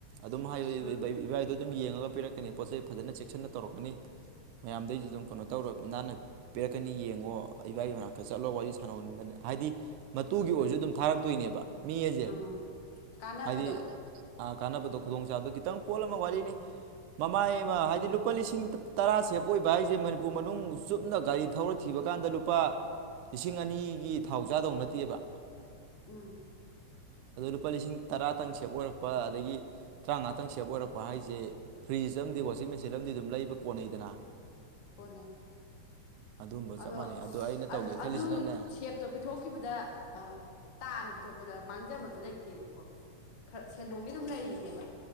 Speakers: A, on the right; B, on the left.
A: ꯑꯗꯨꯝ ꯍꯥꯏ ꯢꯕ
B: ꯑꯥ
A: ꯢꯕ ꯏꯕꯥꯏꯗꯣ ꯑꯗꯨꯝ ꯌꯦꯡꯉꯒ ꯄꯤꯔꯛ ꯄꯣꯠꯆꯩ ꯐꯖꯅ ꯆꯦꯛꯁꯤꯟꯅ ꯇꯧꯔꯛꯀꯅꯤ ꯃꯌꯥꯝꯗꯩꯁꯨ ꯑꯗꯨꯝ ꯀꯩꯅꯣ ꯇꯧꯔꯣꯕ ꯅꯥꯟꯅ ꯄꯤꯔꯛꯀꯅꯤ ꯌꯦꯡꯉꯣ ꯏꯕꯥꯏꯒꯤ ꯃꯅꯥꯛꯇ ꯆꯠꯂꯣ ꯋꯥꯔꯤ ꯁꯥꯟꯅꯧ ꯅꯟꯗ ꯍꯥꯏꯗꯤ ꯃꯇꯨꯒꯤ ꯑꯣꯏꯔꯁꯨ
B: ꯑꯥ
A: ꯑꯗꯨꯝ ꯊꯥꯔꯛꯇꯣꯏꯅꯦꯕ ꯃꯤ ꯑꯢꯁꯦ
B: ꯎꯝ ꯀꯥꯟꯅꯕꯗꯣ
A: ꯍꯥꯏꯗꯤ ꯀꯥꯟꯅꯕꯗꯣ ꯈꯨꯗꯣꯡꯆꯥꯕꯗꯣ ꯈꯤꯇꯪ ꯄꯣꯠ ꯑꯃ ꯋꯥꯔꯤꯅꯤ ꯃꯃꯥꯏ ꯑꯃ ꯍꯥꯏꯗꯤ ꯂꯨꯄꯥ ꯂꯤꯁꯤꯡ ꯇꯔꯥ ꯁꯦꯞ ꯑꯣꯏꯕ ꯍꯥꯏꯁꯦ ꯃꯅꯤꯄꯨꯔ ꯃꯅꯨꯡ ꯆꯨꯞꯅ ꯒꯥꯔꯤ ꯊꯧꯔ ꯊꯤꯕ ꯀꯥꯟꯗ ꯂꯨꯄꯥ ꯂꯤꯁꯤꯡ ꯑꯅꯤꯒꯤ ꯊꯥꯎ ꯆꯥꯗꯧ ꯅꯠꯇꯦꯕ
B: ꯎꯝ
A: ꯑꯗꯣ ꯂꯨꯄꯥ ꯂꯤꯁꯤꯡ ꯇꯔꯥꯇꯪ ꯁꯦꯞ ꯑꯣꯏꯔꯛꯄ ꯑꯗꯒꯤ ꯇꯔꯥꯉꯥꯇꯪ ꯁꯦꯞ ꯑꯣꯏꯔꯛꯄ ꯍꯥꯏꯖꯦ ꯐ꯭ꯔꯤꯖ ꯑꯃꯗꯤ ꯋꯥꯁꯤꯡ ꯃꯦꯆꯤꯟ ꯑꯃꯗꯤ ꯑꯗꯨꯝ ꯂꯩꯕ ꯀꯣꯟꯅꯩꯗꯅ
B: ꯍꯣꯅꯦ
A: ꯑꯗꯨꯝꯕ ꯆꯞ
B: ꯑꯗꯣ
A: ꯃꯥꯟꯅꯩ ꯑꯩꯅ ꯇꯧꯒꯦ ꯈꯜꯂꯤꯁꯤꯅꯅꯦ
B: ꯑꯗꯨ ꯁꯦꯞꯇꯣ ꯄꯤꯊꯣꯛꯈꯤꯕꯗ ꯇꯥꯅ ꯄꯤꯊꯣꯛꯄꯗ ꯃꯥꯡꯖꯕꯁꯨ ꯂꯩꯇꯦꯕꯀꯣ ꯈꯔ ꯁꯦꯟꯗꯣꯡꯒꯤ ꯑꯗꯨꯝ ꯂꯩꯔꯤꯅꯦꯕ